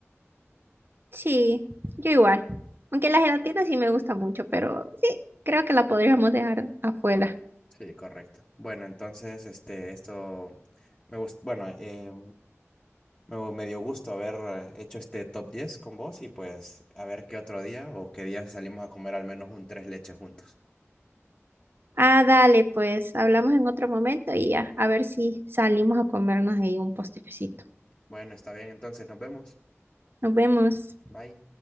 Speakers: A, on the right; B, on the left.
A: Sí, yo igual. Aunque la gelatina sí me gusta mucho, pero sí, creo que la podríamos dejar afuera.
B: Sí, correcto. Bueno, entonces, este, esto me gust- bueno, eh, me, gu- me dio gusto haber eh, hecho este top 10 con vos y pues a ver qué otro día o qué día salimos a comer al menos un tres leches juntos.
A: Ah, dale, pues hablamos en otro momento y ya, a ver si salimos a comernos ahí un postrecito.
B: Bueno, está bien, entonces nos vemos.
A: Nos vemos.
B: Bye.